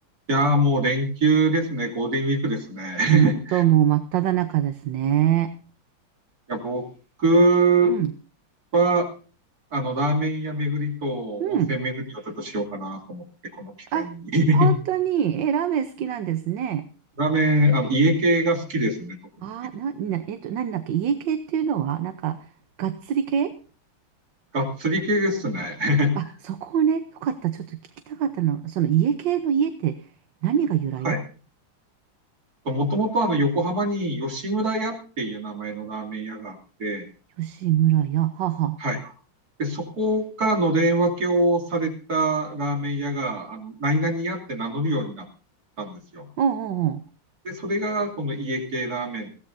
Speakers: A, on the right; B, on the right.
A: いやー、もう連休ですね。ゴールデンウィークですね。<laughs>
B: 本当もう真っ只中ですね。
A: いや、僕
B: うん、
A: は、あの、ラーメン屋巡りと温泉巡りをちょっとしようかなと思って、
B: うん。
A: この機会に。
B: あ、
A: <laughs>
B: 本当に、え、ラーメン好きなんですね。
A: ラーメン、あの、家系が好きですね、特に。
B: あー、な、な、えっと、何だっけ、家系っていうのは、なんか、がっつり系
A: がっつり系ですね。<laughs>
B: あ、そこをね、よかった。ちょっと聞きたかったの。その家系の家って、何が由来
A: はい。もともとあの、横浜に吉村屋っていう名前のラーメン屋があって、
B: 吉村屋、母。
A: はい。で、そこからのれん分けをされたラーメン屋が、あの、何々屋って名乗るようになったんですよ。
B: うんうんう
A: で、それがこの家系ラーメンって